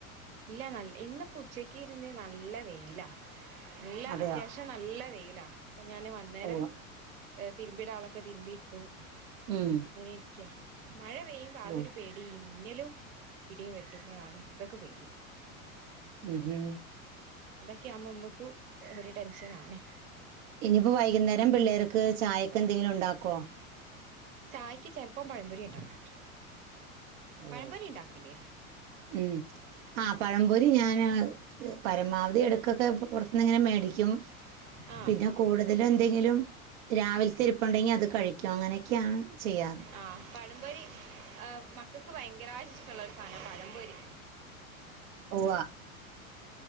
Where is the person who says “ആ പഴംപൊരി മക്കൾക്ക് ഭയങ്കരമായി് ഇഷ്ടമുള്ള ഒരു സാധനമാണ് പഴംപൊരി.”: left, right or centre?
Right